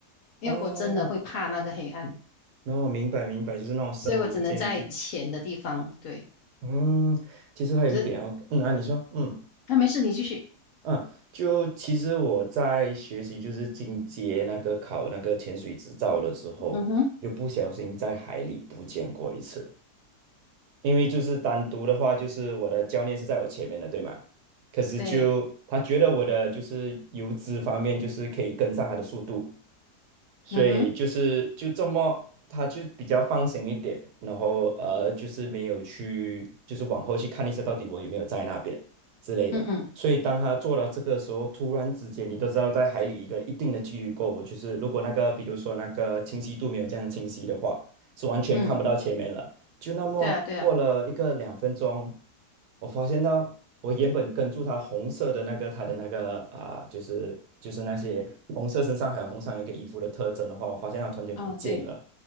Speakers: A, on the left; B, on the right.
A: 因为我真的会怕那个黑暗，
B: 哦，然后明白明白，就是那种深无见底。
A: 所以我只能在浅的地方，对。
B: 嗯，其实还有一点哦，
A: 可是。
B: 嗯啊，你说，嗯
A: 那、没事，你继续。
B: 嗯，就其实我在学习就是进阶那个考那个潜水执照的时候，
A: 嗯哼，
B: 又不小心在海里不见过一次，因为就是单独的话，就是我的教练是在我前面的，对吗？可是就他觉得我的就是游姿方面，
A: 对，
B: 就是可以跟上他的速度，所以就是就这么，
A: 嗯哼，
B: 他就比较放心一点，然后呃，就是没有去，就是往后去看一下到底我有没有在那边之类的。
A: 嗯嗯
B: 所以当他做到这个时候，突然之间，你都知道在海里一个一定的距离过，我就是如果那个比如说那个清晰度没有这样清晰的话，是完全看不到前面了。
A: 嗯，
B: 就那么过了一个两分钟，
A: 对啊，对啊，
B: 我发现到我原本跟住他红色的那个他的那个啊、就是就是那些红色身上还有红上一个衣服的特征的话，我发现它突然间不见了。
A: 啊，对，